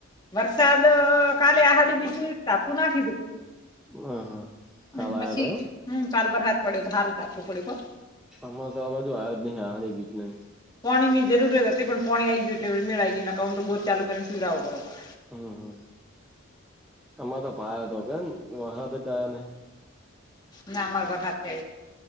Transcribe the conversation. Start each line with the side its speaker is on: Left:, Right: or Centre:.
Left: વરસાદ કાલે બીજું જાપટો નાખ્યું હતું
Centre: હા હા
Left: હમ્મ
Centre: કાલ
Left: પછી
Centre: આયો તો એમ
Left: હમ્મ કાળે વરહાદ પડ્યો તો હારુ જાપટુ પડ્યું હો
Centre: આમાં તો આ બાજુ આયા જ નહી આહારી બીજ નઈ
Left: પોણી ની જરૂરત જ હતી પણ પોણી આવી ગયું એટલે મેળાઈ ગયુ નાઈતર તો બોર ચાલુ કરીને પીવરાવું પડત
Centre: હમ્મ હમ્મ એમાં તો પાયો તો કેમ વરહાદ જ આયો નહી
Left: ના અમારો વરહાડ છે